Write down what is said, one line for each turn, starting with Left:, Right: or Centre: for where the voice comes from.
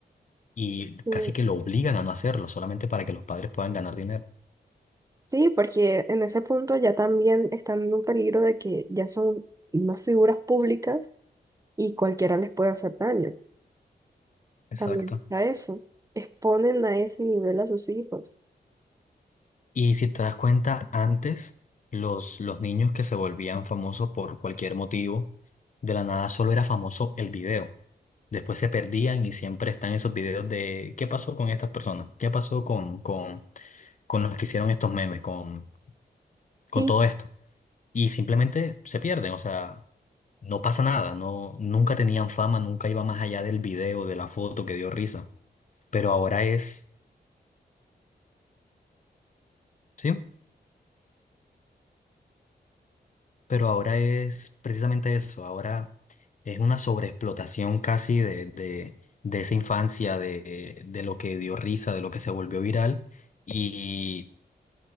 Left: y
Right: Sí,
Left: casi que lo obligan a no hacerlo, solamente para que los padres puedan ganar dinero.
Right: sí, porque en ese punto ya también están en un peligro de que ya son unas figuras públicas y cualquiera les puede hacer daño.
Left: Exacto.
Right: También a eso. Exponen a ese nivel a sus hijos.
Left: Y si te das cuenta, antes los, los niños que se volvían famosos por cualquier motivo, de la nada solo era famoso el video. Después se perdían y siempre están esos videos de qué pasó con estas personas, qué pasó con, con, con los que hicieron estos memes, con, con
Right: Sí,
Left: todo esto. Y simplemente se pierden, o sea, no pasa nada, no, nunca tenían fama, nunca iba más allá del video, de la foto que dio risa. Pero ahora es ¿sí? Pero ahora es precisamente eso, ahora es una sobreexplotación casi de, de, de esa infancia, de, de lo que dio risa, de lo que se volvió viral y